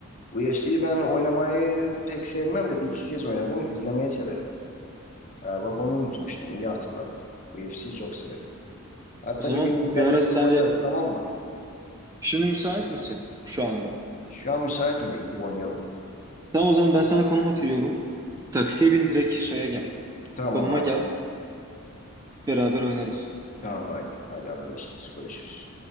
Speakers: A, on the left; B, on the right.
A: UFC'yi ben oynamayı pek sevmem de bir iki kez oynadım. İzlemeyi severim. Ha, bak onu unutmuştum. İyi hatırlattın. UFC'yi çok severim. Hatta
B: O zaman
A: bir gün inşallah
B: bir ara
A: gidip
B: senle
A: oynarız tamam mı?
B: şimdi müsait misin şu anda?
A: Şu an müsaitim ya gidip oynayalım.
B: Tamam o zaman ben sana konum atıyorum. Taksiye bin direkt şeye gel.
A: Tamam
B: Konuma
A: hadi.
B: gel. Beraber oynarız.
A: Tamam hadi. Hadi haberleşiriz. Görüşürüz.